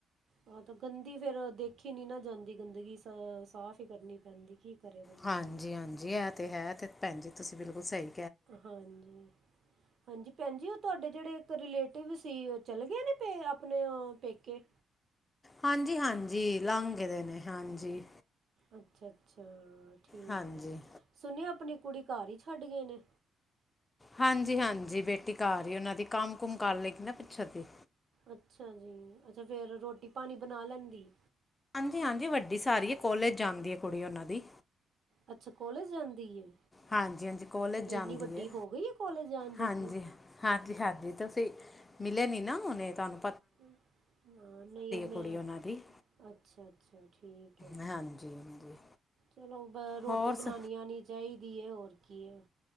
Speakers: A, on the right; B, on the left.
A: ਹਾਂ ਤੇ ਗੰਦੀ ਫੇਰ ਦੇਖੀ ਨੀ ਨਾ ਜਾਂਦੀ, ਗੰਦਗੀ ਅ ਸਾਫ਼ ਹੀ ਕਰਨੀ ਪੈਂਦੀ। ਕੀ ਕਰੇ ਬੰਦਾ
B: ਹਾਂਜੀ- ਹਾਂਜੀ ਐ ਤੇ ਹੈ ਤੇ ਭੈਣ ਜੀ ਤੁਸੀਂ ਬਿਲਕੁਲ ਸਈ।
A: ਹਾਂਜੀ, ਹਾਂਜੀ ਭੈਣ ਜੀ ਓ ਤੁਆਡੇ ਜਿਹੜੇ ਇੱਕ ਰਲੇਟਿਵ ਸੀ, ਓ ਚਲਗੇ ਨੇ ਪੇ ਆਪਣੇ ਪੇਕੇ।
B: ਹਾਂਜੀ- ਹਾਂਜੀ ਲੰਘ ਗੇ ਦੇ ਨੇ, ਹਾਂਜੀ।
A: ਅੱਛਾ, ਅੱਛਾ। ਠੀਕ
B: ਹਾਂਜੀ
A: ਏ। ਸੁਣਿਆ ਆਪਣੀ- ਕੁੜੀ ਘਰ ਈ ਛੱਡ ਗਏ ਨੇ।
B: ਹਾਂਜੀ -ਹਾਂਜੀ ਬੇਟੀ ਕਰ ਈ ਉਨਾਂ ਦੀ ਕੰਮ ਕੁਮ ਕਰ ਲੇਗੀ ਨਾ ਪਿੱਛੇ ਦੀ।
A: ਅੱਛਾ ਜੀ ਤੇ ਫੇਰ ਰੋਟੀ ਪਾਣੀ ਬਣਾ ਲੈਂਦੀ।
B: ਹਾਂਜੀ ਹਾਂਜੀ ਵੱਡੀ ਸਾਰੀ ਹੈ ਕੋਲਜ ਜਾਂਦੀ ਏ ਕੁੜੀ ਉਨਾਂ ਦੀ।
A: ਅੱਛਾ ਕੋਲਜ ਜਾਂਦੀ ਏ।
B: ਹਾਂਜੀ- ਹਾਂਜੀ ਕੋਲੇਜ ਜਾਂਦੀ
A: ਇੰਨੀ ਵੱਡੀ
B: ਏ।
A: ਹੋ ਗਈ ਹੈ ਕੋਲਜ ਜਾਣ ਜੋਗੀ
B: ਹਾਂਜੀ -ਹਾਂਜੀ -ਹਾਂਜੀ। ਤੁਸੀਂ ਮਿਲੇ ਨੀ ਨਾ ਹੋਨੇ ਤਾਨੂੰ।
A: ਹ ਨਈ ਮੈਂ
B: ਕੁੜੀ ਉਹਨਾਂ ਦੀ
A: ਅੱਛਾ -ਅੱਛਾ ਠੀਕ ਐ।
B: ਹਾਂਜੀ ਹਾਂਜੀ
A: ਚਲੋ ਬ ਰੋਟੀ
B: ਹੋਰ
A: ਬਣਾਣੀ
B: ਸ
A: ਆਣੀ ਚਾਈ- ਦੀ ਐ ਔਰ ਕੀ ਐ।